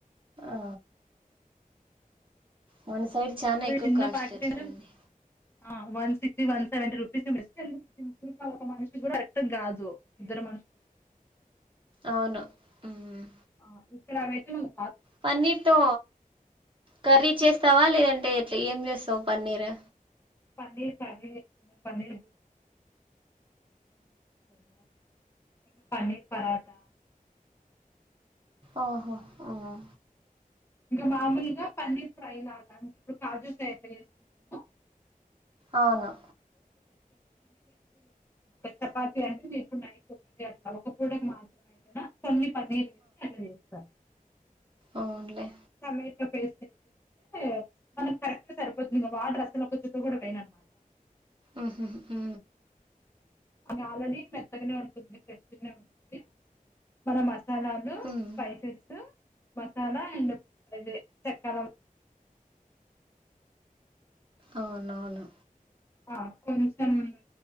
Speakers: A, on the right; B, on the left.
A: ఆ మన్స్ సైడ్ చానా
B: అదే
A: ఎక్కు
B: చిన్న
A: కాస్ట్లు
B: ప్యాకెట్
A: ఎట్లా
B: అంటే
A: అండి.
B: ఆ one sixty one seventy rupees best అండి. సింపుల్గా ఒక మనిషి కూడా కరెక్ట్ కాదు ఇద్దరు మను
A: అవున మ్
B: ఆ ఇప్పుడవైతే మన
A: పన్నీర్తో కర్రీ
B: ఆ
A: చేస్తావా లేదం టే ఏం చేస్తవ్ పన్నీర్
B: పన్నీర్ కర్రీ చేస్తాను. పన్నీర్ <inaudible> పన్నీర్ పరాఠా
A: అవ్నా ఆహా
B: ఇంకా మామూల్గా పన్నీర్ ఫ్రైలాగా అంటే ఇప్పుడు కాజు ఫ్రై ఎట్ల చేస్కుంటమో
A: అవును
B: <unintelligible> <inaudible> చపాతి అంటే ఇప్పుడు నైట్ ఒక్కటే అట్లా ఒక పూటకు మాత్రమే కొన్ని పన్నీర్ ఏసి అట్ల చేస్తాను
A: అవున్లే
B: పన్నీర్ ఇట్ల పేస్ట్ సీ మనకు కరెక్ట్గా సరిపోతుంద వాటర్ అసల్ ఒక చుక్క గుడా వేయనన్నమాట.
A: ఆహ హ
B: అది ఆల్రెడీ మెత్తగనే ఉంటుంది. ఫ్రెష్గానే ఉంటుంది మన మ ధనియాలు,
A: మ్మ్
B: స్పైసెస్, మసాలా అండ్ ఇదే చక్కాల
A: అవునవును.
B: ఆ కొంచంలో